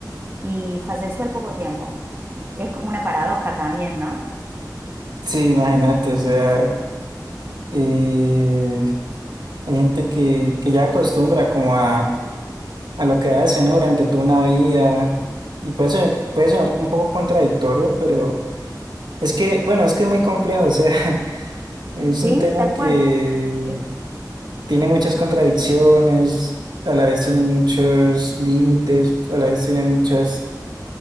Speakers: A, on the right; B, on the right.
A: y falleció al poco tiempo. Es como una paradoja también, ¿no?
B: sí, imagínate, o sea, eh, hay gente que, que ya acostumbra como a, a lo que hace, ¿no? Durante toda una vida y puede sonar, puede sonar un poco contradictorio, pero es que, bueno, es que es muy complejo, o sea, <laughs> es
A: Sí,
B: un tema
A: tal
B: que
A: cual. Es-
B: tiene muchas contradicciones, a la vez tiene muchos límites, a la vez tiene muchas